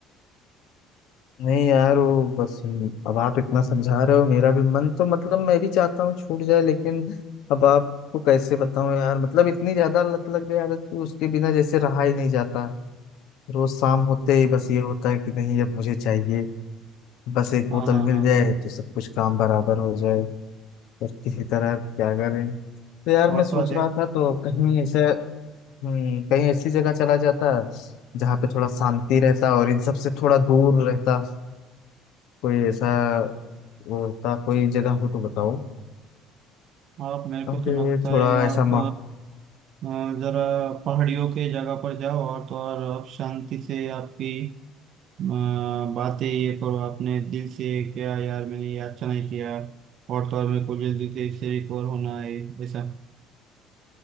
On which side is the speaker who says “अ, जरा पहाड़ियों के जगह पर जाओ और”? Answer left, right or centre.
Right